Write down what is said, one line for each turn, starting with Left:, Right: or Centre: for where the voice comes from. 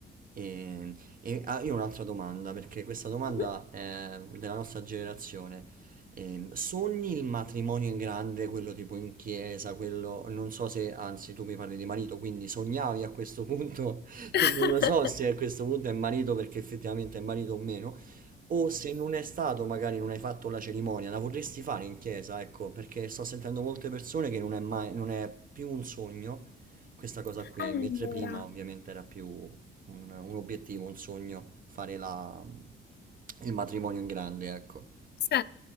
Right: E, e- ah, io ho un'altra domanda, perché questa domanda
Left: Mh-mh.
Right: è della nostra generazione. Ehm, sogni il matrimonio in grande, quello tipo in chiesa, quello non so se, anzi, tu mi parli di marito, quindi sognavi a questo punto, <laughs>
Left: <laughs>
Right: non lo so se a questo punto è marito perché effettivamente è marito o meno, o se non è stato, magari non hai fatto la cerimonia, la vorresti fare in chiesa, ecco, perché sto sentendo molte persone che non è mai, non è più un sogno questa cosa qui,
Left: Allora
Right: mentre prima ovviamente era più un, un obiettivo, un sogno, fare la- il matrimonio in grande, ecco.
Left: Sì.